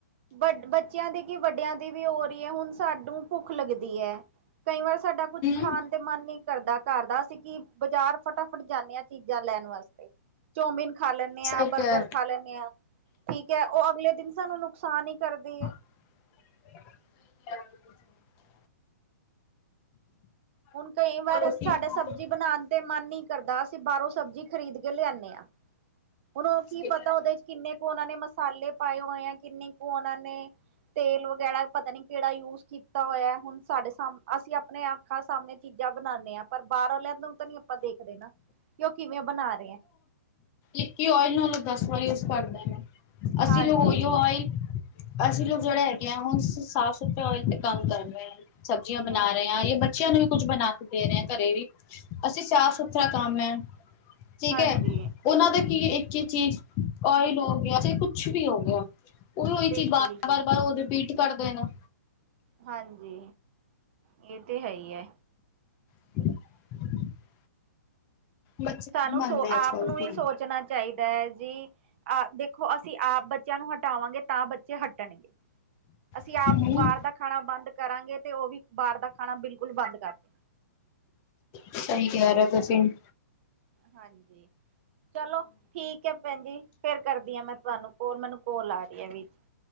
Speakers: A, on the right; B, on the left.
A: ਵਡ ਬੱਚਿਆਂ ਦੇ ਕਿ ਵੱਡਿਆਂ ਦ ਦੀ ਵੀ ਹੋ ਰਹੀ ਹੈ ਹੁਣ ਸਾਨੂੰ ਭੁੱਖ ਲੱਗਦੀ ਐ ਕਈ ਵਾਰ ਸਾਡਾ ਕੁੱਛ ਖਾਣ
B: ਹੂੰ
A: ਤੇ ਮਨ ਨਹੀ ਕਰਦਾ ਘਰ ਦਾ ਅਸੀਂ ਕਿ ਬਜ਼ਾਰ ਫਟਾਫਟ ਜਾਂਦੇ ਹਾਂ ਚੀਜ਼ਾਂ ਲੈਣ ਵਾਸਤੇ ਚੌਮੀਨ ਖਾ ਲੈਂਣੇ ਆ
B: ਸਹੀ
A: ਬਰਗਰ
B: ਕਹਿ
A: ਖਾ ਲੈਂਣ <unintelligible> ਠੀਕ ਐ ਉਹ ਅਗਲੇ ਦਿਨ ਸਾਨੂੰ ਨੁਕਸਾਨ ਹੀ ਕਰਦੀ ਏ
B: <inaudible>
A: ਹੁਣ ਕਈ ਵਾਰ
B: ਰੋਟੀ
A: ਸਾਡਾ
B: ਖਾਓ
A: ਸਬਜ਼ੀ ਬਣਾਣ ਤੇ ਮਨ ਨੀ ਕਰਦਾ ਅਸੀਂ ਬਾਹਰੋਂ ਸਬਜ਼ੀ ਖਰੀਦ ਕੇ ਲਿਆਂਣੇ ਆਂ ਹੁਣ ਉਹ
B: ਸਹੀ
A: ਕੀ ਪਤਾ
B: ਹੈ।
A: ਉਹਦੇ ਚ ਕਿੰਨੇ ਕੁਝ ਉਹਨਾਂ ਨੇ ਮਸਾਲੇ ਪਾਏ ਹੋਏ ਏ ਕਿੰਨੇ ਕੁ ਉਹਨਾਂ ਨੇ ਤੇਲ ਵਗੈਰਾ ਪਤਾ ਨੀ ਕਿਹੜਾ ਯੂਜ ਕੀਤਾ ਹੋਇਆ ਹੁਣ ਸਾਡੇ ਸਮ ਅਸੀਂ ਆਪਣੇ ਆਪ ਅੱਖਾਂ ਸਾਹਮਣੇ ਚੀਜ਼ਾਂ ਬਣਾਣੇ ਆਂ ਪਰ ਬਾਹਰੋਂ <unintelligible> ਨੂੰ ਤਾਂ ਨੀ ਆਪਾਂ ਦੇਖਦੇ ਨਾ ਕਿ ਉਹ ਕਿਵੇਂ ਬਣਾ ਰਹੇ ਆ
B: ਇਕੀ ਓਇਲ ਨੂੰ ਉਹ ਦਸ ਵਾਰ ਯੂਜ ਕਰਦੇ ਨੇ ਅਸੀਂ
A: ਹਾਂਜੀ
B: <unintelligible> ਓਇਲ ਅਸੀਂ ਲੋਕ ਜਿਹੜੇ ਹੈਗੇ ਆਂ ਹੁਣ ਸ ਸਾਫ਼ ਸੁਥਰੇ ਔਏਲ ਤੇ ਕੰਮ ਕਰ ਰਹੇ ਆ ਸਬਜ਼ੀਆਂ ਬਣਾ
A: ਹਾਂਜੀ
B: ਰਹੇ ਹਾਂ <unintelligible> ਬੱਚਿਆਂ ਨੂੰ ਸਭ ਕੁਛ ਬਣਾ ਕੇ ਦੇ ਰਹੇ ਘਰੇ ਵੀ, ਅਸੀਂ ਸਾਫ਼ -ਸੁਥਰਾ ਕੰਮ ਐ, ਠੀਕ
A: ਹਾਂਜੀ
B: ਹੈ। ਉਹਨਾਂ ਦਾ ਕੀ ਇੱਕ ਹੀ ਚੀ ਚੀਜ਼, ਓਇਲ ਹੋ ਗਿਆ, ਚਾਹੇ ਕੁਛ ਵੀ ਹੋ ਗਿਆ ਉਹਨੂੰ - ਉਹੀ
A: ਬਿਲਕੁਲ
B: ਚੀਜ਼ ਬਾਰ
A: ਜੀ
B: - ਬਾਰ ਉਹ ਰਿਪੀਟ ਕਰ ਦੇਣਾ।
A: ਹਾਂਜੀ ਇਹ ਤੇ ਹੈ ਹੀ ਐ।
B: <inaudible> ਬੱਚੇ
A: ਸਾਨੂੰ
B: ਨੀ ਮੰਨਦੇ
A: ਸੋ, ਆਪ
B: ਅੱਜ-ਕੱਲ
A: ਨੂੰ
B: ਕੀ
A: ਹੀ ਸੋਚਣਾ ਚਾਹੀਦਾ ਐ ਜੀ ਆ, ਦੇਖੋ ਅਸੀਂ ਆਪ ਬੱਚਿਆਂ ਨੂੰ ਹਟਾਵਾਂਗੇ, ਤਾਂ ਬੱਚੇ ਹਟਣਗੇ। ਅਸੀਂ
B: ਹੂੰ
A: ਆਪ ਬਾਹਰ ਦਾ ਖਾਣਾ ਬੰਦ ਕਰਾਂਗੇ ਤੇ ਉਹ ਵੀ ਬਾਹਰ ਦਾ ਖਾਣਾ ਬਿਲਕੁਲ ਬੰਦ ਕਰਨ।
B: ਸਹੀ ਕਹਿ ਰਹੇ ਤੁਸੀਂ -
A: ਹਾਂਜੀ ਚਲੋ, ਠੀਕ ਹੈ ਭੈਣ ਜੀ, ਫਿਰ ਕਰਦੀ ਆਂ ਮੈਂ ਤੁਹਾਨੂੰ ਕੋਲ, ਮੈਨੂੰ ਕੋਲ ਆ ਰਹੀ ਐ ਵਿੱਚ।